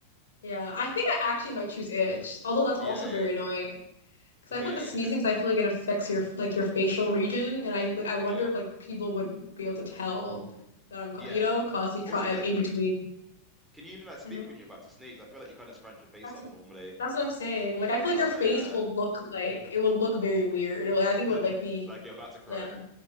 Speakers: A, on the left; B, in the centre.
A: yeah, I think I actually might choose itch, although that's also
B: yeah,
A: very
B: yeah, yeah, <laughs> yeah.
A: annoying. Because I
B: Oh
A: feel
B: yeah,
A: like the
B: <laughs>
A: sneezing,
B: yeah,
A: because I feel like it affects your like your facial region, and I like I wonder
B: yeah.
A: if like people would be able to tell that I'm co-
B: Yeah.
A: you know constantly trying
B: Also, like,
A: like in between.
B: can you even like speak
A: Mhm.
B: when you're about to sneeze? I feel like you kind of scrunch your face
A: That's
B: up
A: what,
B: normally.
A: that's what I'm saying. Like I feel
B: Oh
A: like your face
B: yeah,
A: will look like it will look very weird. It will- I think
B: <laughs>
A: it would like be
B: like you're about to cry.
A: yeah